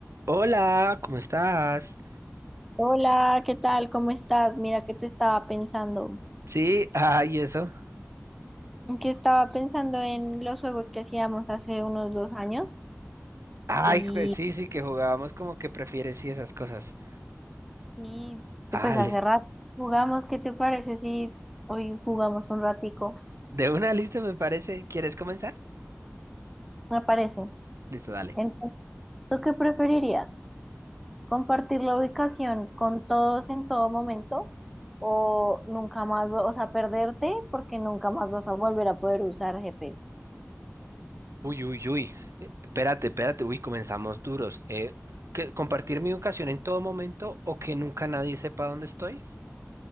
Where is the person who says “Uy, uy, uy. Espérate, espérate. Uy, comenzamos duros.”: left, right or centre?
Right